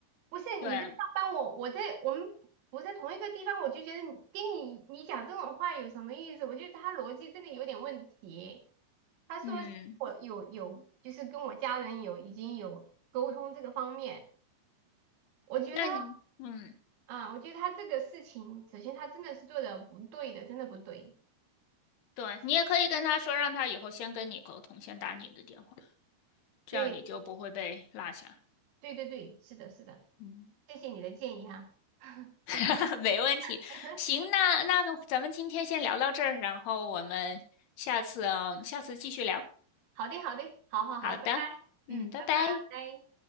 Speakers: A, on the right; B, on the left.
A: 不是你在上班我，
B: 对，
A: 我在我们不在同一个地方，我就觉得你跟你你讲这种话有什么意思？我觉得他逻辑真的有点问题。他说是我有有就是跟我家人有已经有沟通这个方面。
B: 嗯，
A: 我觉得。
B: 那你，嗯，
A: 啊，我觉得他这个事情，首先他真的是做的不对的，真的不对。
B: 对，你也可以跟他说，让他以后先跟你沟通，先打你的电话，这样你就不会被落下。
A: 对，对对对，是的，是的，
B: 嗯。
A: 谢谢你的建议哈。<laughs> 谢谢。
B: <laughs> 没问题。
A: <laughs>
B: 行，那那个咱们今天先聊到这儿，然后我们下次嗯，下次继续聊。
A: 好的，好的，好好好，
B: 好的，
A: 拜拜。嗯，
B: 嗯，拜拜。
A: 拜拜。